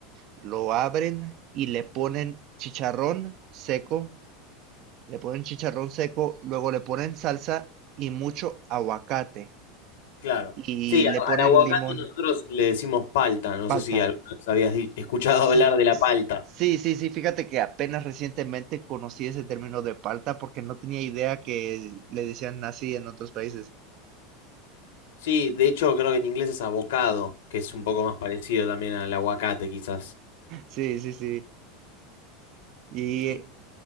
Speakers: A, on the right; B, on the left.
A: lo abren y le ponen chicharrón seco, le ponen chicharrón seco, luego le ponen salsa y mucho aguacate
B: Claro.
A: y
B: Sí, a-
A: le ponen
B: al aguacate
A: limón,
B: nosotros le decimos palta. No
A: palta.
B: sé si alguna vez habías di- escuchado
A: Sí,
B: <laughs> hablar de la
A: s-
B: palta.
A: sí, sí, sí, fíjate que apenas recientemente conocí ese término de palta porque no tenía idea que le decían así en otros países.
B: Sí, de hecho creo que en inglés es avocado, que es un poco más parecido también al aguacate quizás.
A: Sí, sí, sí. Y
B: ¿Y
A: eh,